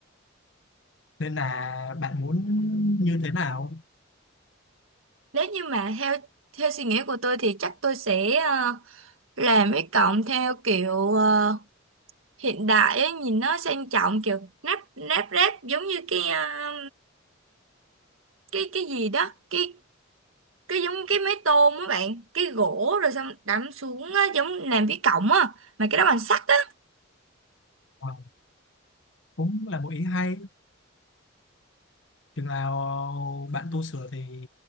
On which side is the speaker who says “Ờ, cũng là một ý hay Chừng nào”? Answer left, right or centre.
Left